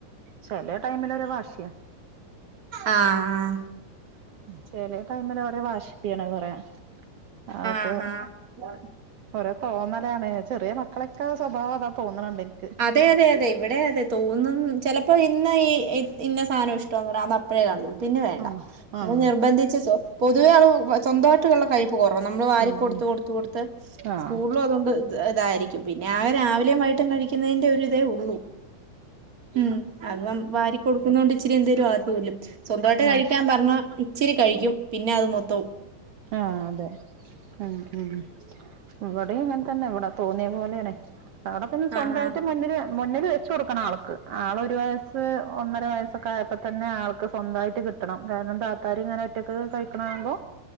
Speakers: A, on the right (about 75°); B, on the right (about 30°).
A: ചെല ടൈമിലൊരു വാശിയാ
B: ആഹ് ആഹ്
A: ചെലെ ടൈമില് ഓരോ വാശി <unintelligible> പറയാ അവക്ക്
B: ആഹ് ആഹ്
A: ഓരോ തോന്നലാണ് ചെറിയ മക്കളെയൊക്കെ സ്വഭാവം അതാ തോന്നണണ്ട് എനി
B: അതെ അതെ അതെ ഇവിടെ അതെ തോന്നും ചെലപ്പോ ഇന്ന് ഈ ഇന്ന സാധനം ഇഷ്ട്ടവാന്ന് പറയും അതപ് അപ്പഴേ കാണത്തുള്ളൂ പിന്നെ വേണ്ടാ
A: ആഹ്
B: പിന്നെ
A: ആഹ്
B: നിർബന്ധിച്ച് സോ പൊതുവെ ആള് വ സ്വന്തമായിട്ട് ഒള്ള കഴിപ്പ് കൊറവ നമ്മള് വാരി
A: ഉം
B: കൊടുത്ത്
A: ഉം
B: കൊടുത്ത് കൊടുത്ത്
A: ആഹ്
B: സ്കൂളിലും അതുകൊണ്ട് ഇത് ഇതായിരിക്കും പിന്നെ ആകെ രാത് രാവിലെയും വൈയിട്ടും കഴിക്കുന്നേന്റെ ഒര് ഇതേ ഒള്ളൂ ഉം അത് നമ് വാരി കൊടുക്കുന്ന കൊണ്ട് ഇച്ചിരി എന്തേലും അകത്ത് ചെല്ലും സ്വന്തവായിട്ട്
A: ആഹ്
B: കഴിക്കാൻ
A: ശരി
B: പറഞ്ഞാ ഇച്ചിരി കഴിക്കും പിന്നെ അത് മൊത്തോം
A: ആഹ് അതെ ഉം ഉം ഇവിടേം ഇങ്ങനെ തന്നെ ഇവിടെ തോന്നിയ പോലെയാണെ അവിടെ പിന്നെ സ്വന്തായിട്ട്
B: ആഹാ
A: മുന്നില് മുന്നില് വെച്ച് കൊടുക്കണം ആൾക്ക് ആള് ഒറ്റ് ഒരു വയസ്സ് ഒന്നര വയസ്സൊക്കെ ആയപ് ഇപ്പ തന്നെ ആൾക്ക് സ്വന്തായിട്ട് കിട്ടണം കാരണം താത്താര് ഇങ്ങനെ ഒറ്റക്ക് കഴിക്കണ കാണുമ്പോ